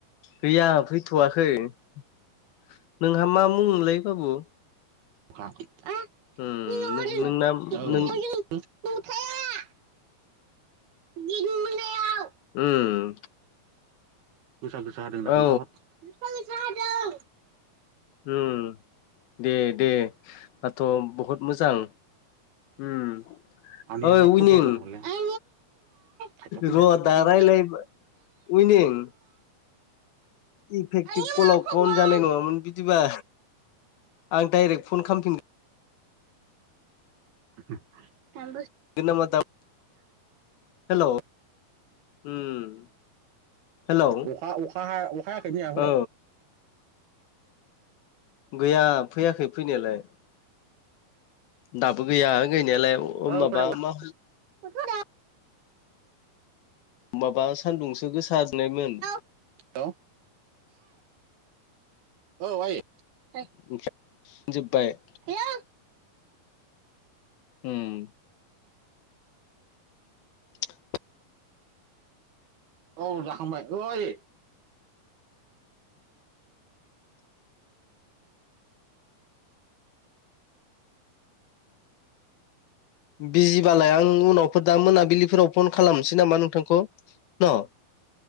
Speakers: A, on the left (about 80°); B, on the right (about 85°).
A: गैया फैथ'वाखै नोंहा मा मुंमोनलै बाबु?
B: <unintelligible>
A: उम
B: नुथाया
A: नोंना नों
B: दिनि मोनायाव
A: उम
B: गोसा गोसा हादों होन्ना
A: औ
B: खोन्थाहर गोसा गोसा हादों।
A: उम दे दे दाथ' बहुद मोजां। उम
B: आनैया
A: ओइ
B: मा खबर
A: उनिं
B: होनना सोंहरलाय आं खाथियाव फैनानै
A: र'
B: सोंहरलै
A: दा रायलाय <unintelligible> उइनिं इफेक्टिभ
B: आनैया
A: कलाव
B: मा खबर?
A: कन जानाय नङामोन बिदिबा आं दाइरेक्ट फन खामफिन
B: <unintelligible>
A: <unintelligible> हेलौ उम हेलौ
B: अखा अखा हा अखा हायाखै मैया हराव
A: औ गैया फैयाखै फैनायालाय। दाबो गैया गैनायालाय।
B: ओं
A: माबा मा
B: <unintelligible>
A: माबा सान्दुंसो गोसा दुंनायमोन।
B: <unintelligible> हेलौ औ आयै <unintelligible>
A: <unintelligible> जोब्बाय
B: हेलौ
A: उम <inaudible>
B: औ जाखांबाय औ आयै।
A: बिजिबालाय आं उनावफोर दा मोनाबिलिफोराव फन खालामनोसै नामा नोंथांखौ न?